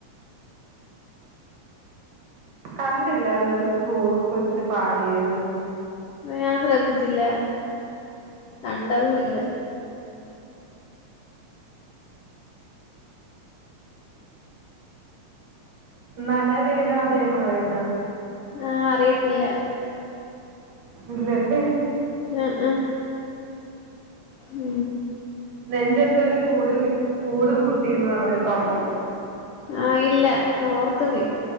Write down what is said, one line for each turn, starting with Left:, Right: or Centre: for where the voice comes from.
Right: കണ്ടില്ലാരുന്നൊരു സ്കൂൾ കൊച്ച് പാടിയത്
Left: ഞാൻ ശ്രദ്ധിച്ചില്ല കണ്ടതുവില്ല
Right: നനവേകാതേന്ന് പറയുന്ന
Left: ആ അറിയത്തില്ല
Right: ഇല്ലല്ലേ
Left: ആ ആ മ്
Right: നെഞ്ചത്തൊരു കൂട് കി കൂടു കൂട്ടിന്ന്റഞ്ഞ തൊടങ്ങുന്നെ
Left: ആ ഇല്ല ഓർക്ക്ന്നില്ല